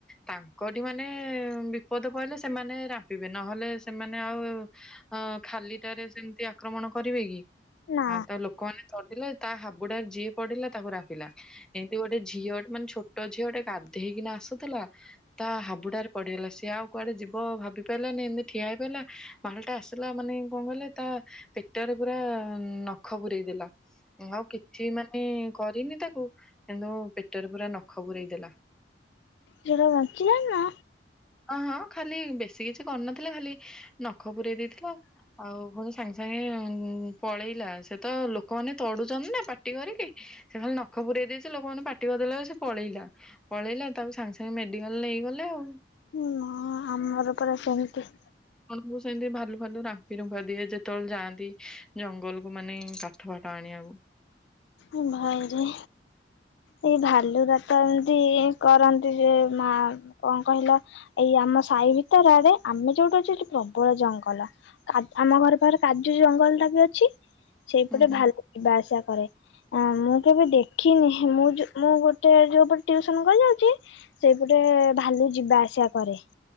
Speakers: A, in the centre; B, on the left (about 80°).
A: ତାଙ୍କଠି ମାନେ ବିପଦ ପଇଲେ ସେମାନେ ରାମ୍ପିବେ ନହେଲେ ସେମାନେ ଆଉ ଅ ଖାଲିଟାରେ ସେମ୍ତି ଆକ୍ରମଣ କରିବେ କି
B: ନା
A: ଆଉ ତ ଲୋକମାନେ ତଡିଲେ ତା ହାବୁଡା ଯିଏ ପଡିଲା ତାକୁ ରାମ୍ପିଲା। ଏମ୍ତି ଗୋଟେ ଝିଅ ମାନେ ଛୋଟ ଝିଅଟେ ଗାଧେଇକିନା ଆସୁଥିଲା ତା ହାବୁଡାରେ ପଡିଗଲା ସିଏ ଆଉ କୁଆଡେ ଯିବ ଭାବି ପାରିଲାନି ଏମ୍ତି ଠିଆ ହେଇ ପଇଲା ଭାଲୁଟା ଆସିଲା ମାନେ କଣ କହିଲେ ତା ପେଟରେ ପୁରା ନଖ ପୂରେଇ ଦେଲା। ଆଉ କିଛି ମାନେ କରିନି ତାକୁ କିନ୍ତୁ ପେଟରେ ପୁରା ନଖ ପୂରେଇ ଦେଲା।
B: ଝିଅଟା ବଞ୍ଚିଲାନି ନା?
A: ଅ ହଁ ଖାଲି ବେଶୀ କିଛି କରିନଥିଲା ଖାଲି ନଖ ପୂରେଇ ଦେଇଥିଲା ଆଉ। ଆଉ ଫୁଣି ସାଙ୍ଗେ-ସାଙ୍ଗେ ପଳେଇଲା ସେ ତ ଲୋକମାନେ ତଡୁଚନ୍ତି ନା ପାଟି କରିକି ସେ ଖାଲି ନଖ ପୂରେଇ ଦେଇଚି ଲୋକମାନେ ପାଟି କରିଦେଲେ ସେ ପଳେଇଲା। ପଳେଇଲା ତାକୁ ସାଙ୍ଗେ-ସାଙ୍ଗେ ମେଡିକାଲ୍ ନେଇଗଲେ ଆଉ।
B: ହୁଁ ହଁ ଆମର ପୁରା ସେମ୍ତି
A: ମୁଁ ସେମିତି ଭାଲୁ ଫାଲୁ ରାମ୍ଫି ରୁମ୍ଫା ଦିଏ ଯେତୋଓଳେ ଯାଆନ୍ତି ଜଙ୍ଗଲ କୁ ମାନେ କାଠ ଫାଠ ଆଣିବାକୁ।
B: ଓ ଭାଇରେ? ଏଇ ଭାଲୁୁରାତ ଏମତି କରନ୍ତି ଯେ ମା କଣ କହିଲ ଏଇ ଆମ ସାଇ ଭିତର ଆଡେ ଆମେ ଯୋଉଠି ଅଛୁ ହେଟି ପ୍ରବଳ ଜଙ୍ଗଲ। ଆମ ଘର ପାଖରେ କାଜୁ ଜଙ୍ଗଲ ଟା ବି ଅଛି ସେଇପଟେ
A: ହୁଁ ହୁଁ
B: ଭଲ ଯିବା ଆସିବା କରେ। ମୁଁ କେବେ ଦେଖିନି ମୁଁ ଯୋ ମୁଁ ଗୋଟେ ଯୋଉଟା ଟିଉସନ କରି ଯାଉଚି ସେଇପଟେ ଭାଲୁ ଯିବା ଆସିବା କରେ।